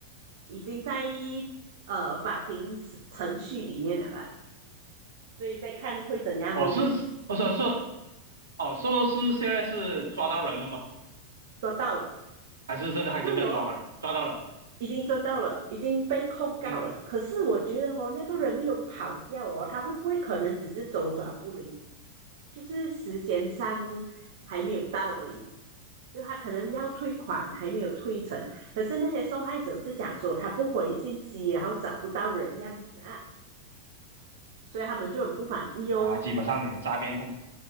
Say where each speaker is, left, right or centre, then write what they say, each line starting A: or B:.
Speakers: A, on the right; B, on the right.
A: 已经在呃法庭程序里面了啦。所以再看会怎样哦。
B: 哦，是，我说是，哦，说是现在是抓到人了吗？
A: 抓到了，
B: 还是正在还正在抓人？
A: 哎呦，
B: 抓到了。
A: 已经抓到了，已经被控告了。
B: 嗯，
A: 可是我觉得哦，那个人没有跑掉哦，他会不会可能只是周转不灵，就是时间上还没有到而已。就他可能要退款还没有退成，可是那些受害者是讲说他不回信息，然后找不到人这样子啊，所以他们就很不满意哦。
B: 啊，基本上你诈骗很，